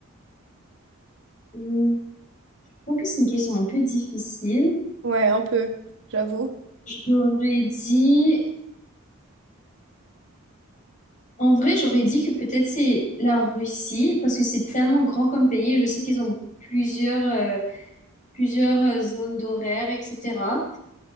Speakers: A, on the left (about 35°); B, on the right (about 60°).
A: Hmm, je trouve que c'est une question un peu difficile.
B: Ouais, un peu, j'avoue.
A: J'aurais dit... En vrai, j'aurais dit que peut-être c'est la Russie, parce que c'est tellement grand comme pays. Je sais qu'ils ont plusieurs... euh, plusieurs euh, zones d'horaire, etc.